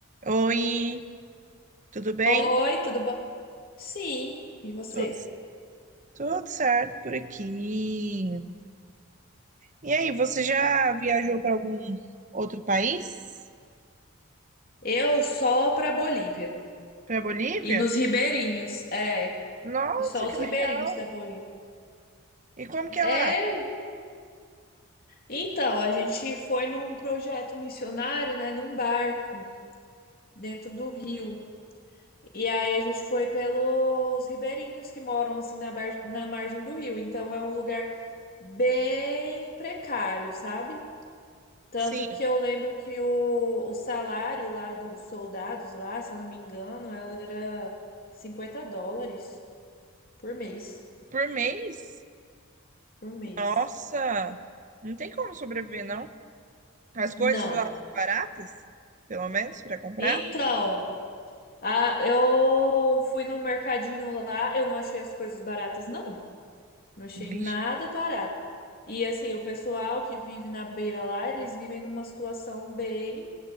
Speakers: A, on the right; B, on the left.
A: Oi, tudo bem?
B: Oi, tudo bom? Sim, e você?
A: Tudo, tudo certo por aqui. E aí, você já viajou para algum outro país?
B: Eu só pra Bolívia.
A: Para Bolívia?
B: E nos ribeirinhos, é.
A: Nossa,
B: E só
A: que
B: os
A: legal!
B: ribeirinhos da Bolívia.
A: E como que
B: É,
A: é lá?
B: então, a gente foi num projeto missionário, né, num barco dentro do rio. E aí a gente foi pelos ribeirinhos que moram assim na, bar- na margem do rio. Então é um lugar bem precário, sabe? Tanto
A: Sim,
B: que eu lembro que o, o salário lá dos soldados lá, se eu não me engano, ela era 50 dólares por mês.
A: por mês?
B: Por mês.
A: Nossa, não tem como sobreviver, não. As coisas
B: Não.
A: lá são baratas, pelo menos para comprar.
B: Então, a, eu fui num mercadinho lá, eu não achei as coisas baratas, não. Não achei
A: Vixe,
B: nada barato. E assim, o pessoal que vive na beira lá, eles vivem numa situação bem,